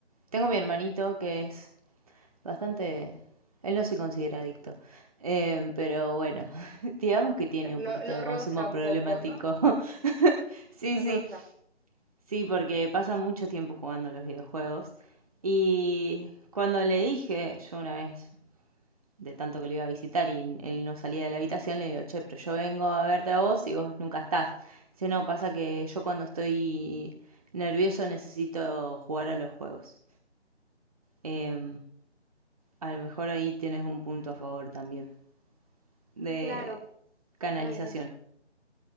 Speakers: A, on the right (about 30°); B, on the right (about 65°).
A: tengo mi hermanito que es bastante... Él no se considera adicto, Em, pero bueno, <laughs> digamos que tiene
B: Lo,
A: un poquito
B: lo
A: de
B: roza
A: consumo
B: un
A: problemático.
B: poco, ¿no?
A: <laughs> Sí,
B: Lo roza.
A: sí, sí, porque pasa mucho tiempo jugando a los videojuegos. Y cuando le dije, yo una vez de tanto que lo iba a visitar y él no salía de la habitación, le digo, che, pero yo vengo a verte a vos y vos nunca estás. Dice, no, pasa que yo cuando estoy nervioso necesito jugar a los juegos. Eh, a lo mejor ahí tienes un punto a favor también de
B: Claro,
A: canalización.
B: ver,